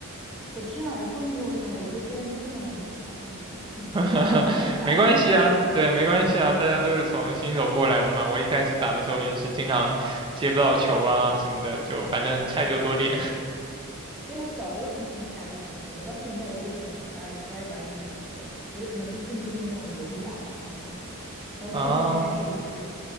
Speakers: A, in the centre; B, on the right.
A: 我天啊，嘣一声我就感觉我就跟跟他们玩不起来，真的，<laughs>
B: <laughs>
A: 我太菜了。
B: 没关系啊，对，没关系啊，大家都是从新手过来的嘛。我一开始打的时候也是经常接不到球啊什么的，就反正菜就多练
A: 所以我小时候挺喜欢打羽毛球的，到现在我就可能不爱不爱打羽毛球了，我就可能就更注重那种有氧啊什么的。然后最近又开始就是
B: <laughs> 啊